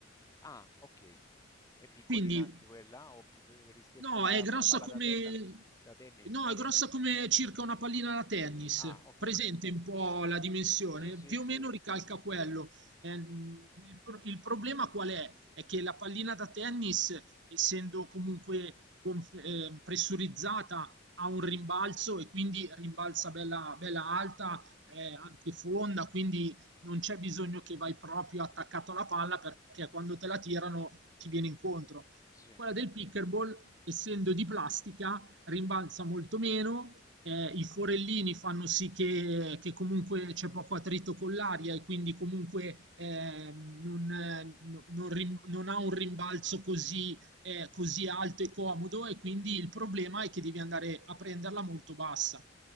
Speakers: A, on the left; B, on the right.
A: Ah, ok. È piccolina
B: Quindi
A: anche quella o più be- rispetto
B: No,
A: alla
B: è grossa
A: pa- palla
B: come...
A: da tella da tennis?
B: No,
A: eh.
B: è grossa come circa una pallina da tennis.
A: Ah, ok.
B: Presente un po' la dimensione,
A: Sì, sì,
B: più
A: sì,
B: o meno ricalca quello. Ehm, il, pro- il problema qual è? È che la pallina da tennis, essendo comunque gonf- ehm, pressurizzata, ha un rimbalzo e quindi rimbalza bella, bella alta, eh, anche fonda, quindi non c'è bisogno che vai proprio attaccato alla palla perché quando te la tirano ti viene incontro.
A: sì.
B: Quella del pickleball, essendo di plastica, rimbalza molto meno, eh, i forellini fanno sì che, che comunque c'è poco attrito con l'aria e quindi comunque eh, non, eh, no- non rim- non ha un rimbalzo così, eh, così alto e comodo e quindi il problema è che devi andare a prenderla molto bassa.